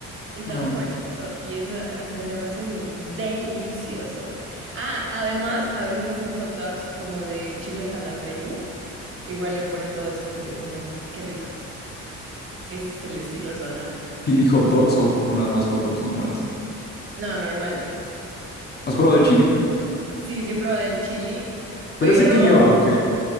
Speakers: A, on the right; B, on the left.
A: Está
B: ajá.
A: muy monchoso y eso, o sea, se me hace del- delicioso. Ah, además, a veces hacen hot dogs como de chile jalapeño. Igual le ponen todo eso. Es, no, qué rico. Ese es el estilo Sonora.
B: ¿Chili hot dogs o, o nada más hot dogs normales?
A: No, normales.
B: ¿Has probado el chili?
A: Sí, sí he probado el chili,
B: ¿Pero
A: pero
B: ese qué lleva o qué?